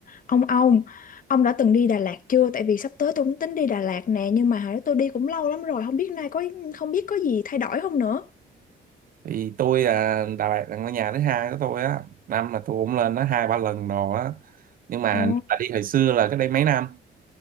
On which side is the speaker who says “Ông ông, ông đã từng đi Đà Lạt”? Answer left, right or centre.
Left